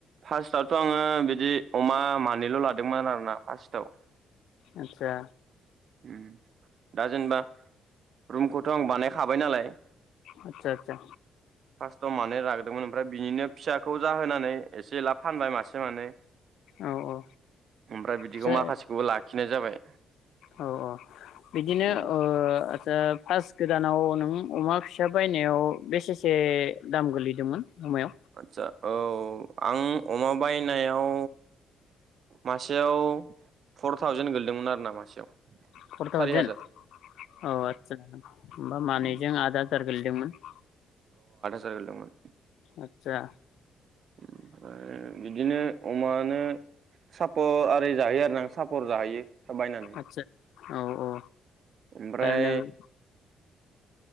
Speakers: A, on the right; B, on the left.
A: फासटआवथ' आङो बिदि अमा मानैल' लादोंमोन आरोना फास्टआव।
B: आदसा।
A: उम। दाजेनबा। रुमखौथ आं बानायखाबाय नालाय।
B: आदसा आदसा।
A: थ मानै लाग्रोदोंमोन ओमफ्राय बिनिनो फिसाखौ जाहोनानै। एसे एला फानबाय मासे मानै।
B: औ औ
A: ओमफ्राय बिदिखौ
B: आदसा
A: माखासेखौबो लाख खिनाय जाबाय।
B: औ औ बिदिनो
A: औ
B: ओ। दा फास्ट गोदानाव नों अमा फिसा बायनायाव बेसेसे दाम गोलैदोंमोन अमायाव।
A: आदसा औ आं अमा बायनायाव मासेयाव फर थावजेन गोलैदोंमोन आरो ना मासेयाव।
B: फर थावजेेन
A: सारि हाजार
B: औ आदसा होमबा मानैजों
A: औ
B: आद हाजार। गोेलैदोंमोन।
A: जार गोलैदोंमोन।
B: आदसा।
A: ओमफ्राय बिदिनो अमानो सापर आरि जाहैयो आरो ना सापर जाहैयो। <unintelligible> बायनानै।
B: आदसा औ औ। ओ
A: ओमफ्राय
B: नों <inaudible>